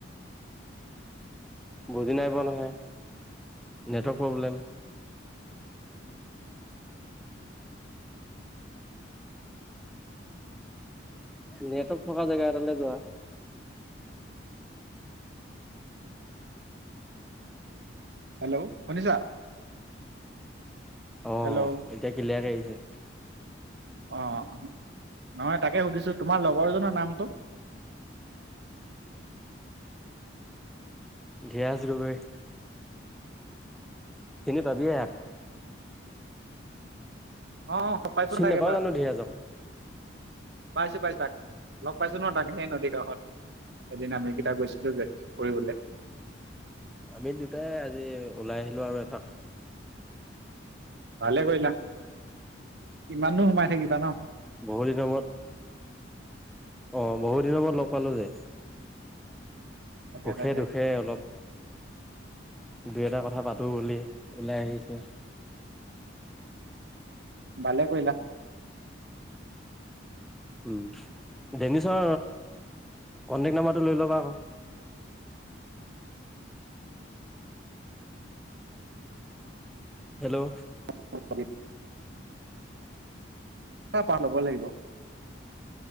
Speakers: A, in the centre; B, on the right.
A: বুজি নাই পোৱা নহয় নেটৱৰ্ক প্ৰব্লেম। নেটৱৰ্ক থকা জেগা এটালে যোৱা।
B: হেল্ল' শুনিছা।
A: অ',
B: হেল্ল'
A: এতিয়া ক্লিয়াৰ আহিছে।
B: অ', নহয় তাকে সুধিছোঁ তোমাৰ লগৰজনৰ নামটো
A: উ <unintelligible> ধিয়াজ গগৈ। চিনি পাবিয়ে ইয়াক।
B: অহ পাইছোঁ
A: চিনি
B: তাক
A: নাপাও
B: এবাৰ।
A: জানো ধীৰাজক
B: পাইছো পাইছো তাক, লগ পাইছো ন তাক সেই নদী কাষত। এদিন আমি কেইটা গৈছিলো যে, ফুৰিবলৈ।
A: আমি দুটাই আজি ওলাই আহিলো আৰু এপাক।
B: ভালে কৰিলা, কিমাননো সোমাই থাকিবা ন।
A: বহুদিন মোৰত। অ' বহুত দিনৰ মূৰত লগ পালো যে।
B: তাকে
A: সুখে
B: তাকে
A: দুখে অলপ দুই এটা কথা পাতো বুলি, ওলাই আহিছো।
B: ভালে কৰিলা।
A: উম, ডেনিছৰ কন্টেক্ট নাম্বৰটো লৈ ল'বা আকৌ। হেল্ল'
B: <unintelligible> পা ল'ব লাগিব।